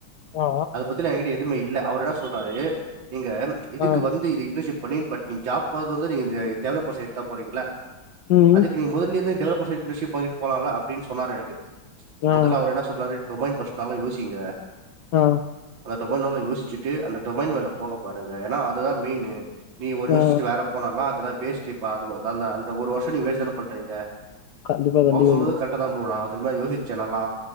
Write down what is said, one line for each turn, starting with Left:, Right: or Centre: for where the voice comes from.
Left: ஆ
Right: அதபத்தன ஏங்கிட்ட எதுமே இல்ல அவர் இன்ன சொல்றாரு நீங்க இதுக்கு
Left: ஆ
Right: வந் இதுக் இது இன்டர்ஷிப் பண்ணி பட் நீங் ஜாப்பாது வந்து நீங் இந்த டெவலப்பர் சைட்தா போறீங்ள
Left: ம்
Right: அதுக்கு நீங் முதலிந்தே டெவலப்பர் சைட் இன்டர்ஷிப் வாங்கிட்டு போலல அப்டின் சொன்னாரு எனக்கு
Left: ஆ
Right: முதல்ல அவரு இன்ன சொன்னாரு ரொம்பய்ம் பஸ் நல்லா யோசிங்க
Left: ஆ
Right: அந்த டொமைன் வேல யோச்சுட்டு அந்த டொமைன் வேல போக பாருங்க ஏனா அதுதா மெயினு நீ ஒன் யோச்சிட்டு
Left: ஆ
Right: வேற போனலா அதுலா வேஸ்டுபா அந்த ஒரு நாள்தா அந்த ஒரு வர்ஷ நீ வேஸ்ட் தான பண்றீங்க
Left: கண்டிப்பா கண்டிப்பா
Right: அவர் சொல்றது
Left: ப்ரோ
Right: கரெட்டா தா ப்ரோ நா திரும்பயு யோசிச்சே நல்லா